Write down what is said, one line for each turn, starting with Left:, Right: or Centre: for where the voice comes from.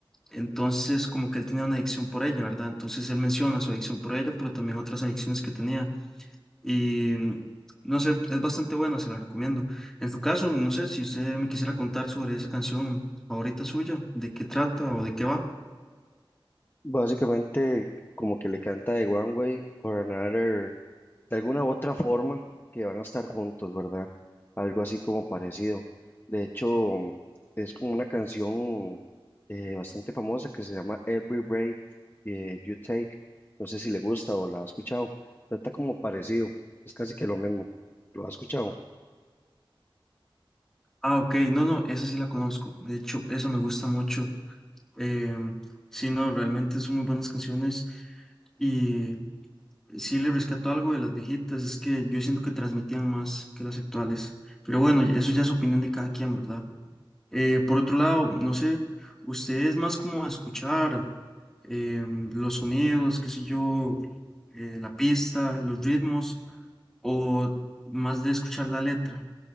Centre: entonces como que él tenía una adicción por ella, ¿verdad? Entonces él menciona su adicción por ella, pero también otras adicciones que tenía. Y mm, no sé, es bastante buena, se la recomiendo. En su caso, no sé si usted me quisiera contar sobre esa canción favorita suya, de qué trata o de qué va.
Left: Básicamente, como que le canta de One Way or Another de alguna u otra forma que van a estar juntos, ¿verdad? Algo así como parecido. De hecho, es como una canción eh, bastante famosa que se llama Every Breath eh, You Take. No sé si le gusta o la ha escuchado. Trata como parecido, es casi que lo mismo. ¿Lo ha escuchado?
Centre: Ah, ok, no, no, esa sí la conozco. De hecho, esa me gusta mucho. Em, sí, no, realmente son muy buenas canciones. Y sí le rescató algo de las viejitas, es que yo siento que transmitían más que las actuales. Pero bueno, y eso ya es opinión de cada quien, ¿verdad? Eh, por otro lado, no sé, usted es más como a escuchar eh, los sonidos, qué sé yo, eh, la pista, los ritmos, o más de escuchar la letra.